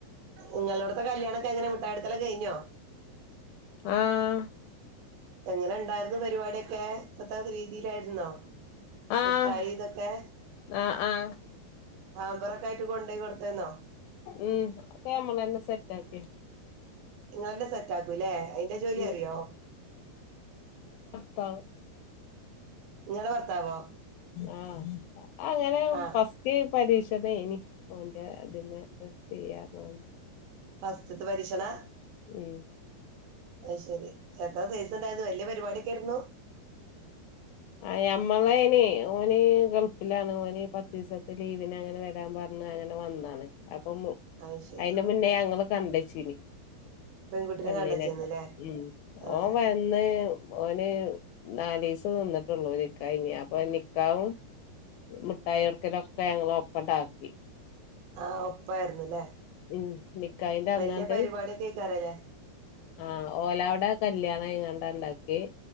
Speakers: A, on the right; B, on the left.
A: നിങ്ങളടത്തെ കല്യാണൊക്കെ എങ്ങനെ മുട്ട്ടായ കൊട്ക്കലൊക്കെ കഴിഞ്ഞോ
B: ആഹ
A: എങ്ങനെ ണ്ടായിരുന്നു പരിപാടിയൊക്കെ ഇപ്പത്തെ രീതിയിലായിരുന്നോ
B: ആഹ്
A: മിട്ടായി തക്കേ
B: ആഹ് ആഹ്
A: ആാമ്പറൊക്കായിട്ട് കൊണ്ടയി കൊടുതീന്നോ?
B: ഉം ക്കെമ്മളെന്നെ സെറ്റ് ആക്കി
A: ഇങ്ങളന്നെ സെറ്റാക്കൂല്ലേ? അയ്ന്റെ ജോലി
B: ഉം
A: അറിയോ?
B: ത
A: ങ്ങളെ ഭർത്താവോ
B: ആഹ് അങ്ങനെ
A: ആഹ്
B: ഫസ്റ്റ് പരീക്ഷതേഞ്ഞി ഓന്റെ തിന് ത് <unintelligible>
A: ഫസ്റ്റ്ത്ത പരീക്ഷണാ?
B: ഉം
A: അഹ് ശരി എത്രാ സൈസ്ണ്ടാരുന്നു വല്യ പരിപാഡ്യോക്കേര്ന്നു?
B: ആയ് അമ്മളേനി ഓന് ഗൾഫിലാണ്. ഓന് പത്തീസത്തെ ലീവിന് അങ്ങനെ വരാം പർ ന്ന് അങ്ങനെ വന്നാണ്. അപ്പൊ
A: അത് ശെരി
B: അയിന്റെ മുന്നേ ഞങ്ങള് കണ്ടച്ചീഞ്ഞി.
A: പെൺകുട്ടിനെ
B: പെണ്ണിനൊക്കെ
A: കണ്ടച്ചേന്നല്ലേ
B: ഉം
A: ആഹ്
B: ഓൻ വന്ന് ഓന് നാലീസം നിന്ന്ട്ടൊള്ളൂ നിക്കാഹയ്ഞ്. അപ്പൊ നിക്കാവും മുഠായൊട്ക്കലൊ ക്കെ ഞങ്ങളൊപ്പണ്ട ആക്കി.
A: ആഹ് ഒപ്പായിരുന്നു ലേ.
B: ഉം നിക്കാഹിന്റെ
A: വല്യ
B: അന്നാണ്ട്
A: പരിപാട്യൊക്കെക്കാരലേ
B: ആഹ് ഓല വ്ടെ കല്യാണയിങ്ങാണ്ട ഇണ്ടാക്ക്യേ.